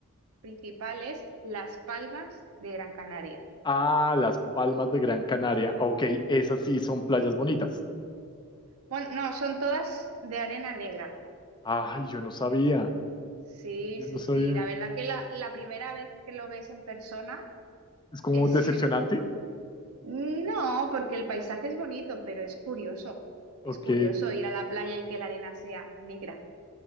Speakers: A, on the right (about 85°); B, on the left (about 20°).
A: principal es Las Palmas de Gran Canaria.
B: Ah, las Palmas de Gran Canaria. Ok, esas sí son playas
A: Sí.
B: bonitas.
A: Bueno, no, son todas de arena negra.
B: Ay, yo no sabía,
A: Sí,
B: yo
A: sí,
B: no sabía.
A: sí. La verdad que la, la primera vez que lo ves en persona
B: Es como
A: es
B: decepcionante.
A: No, porque el paisaje es bonito, pero es curioso.
B: Ok,
A: Es curioso ir a la playa y que la arena sea negra.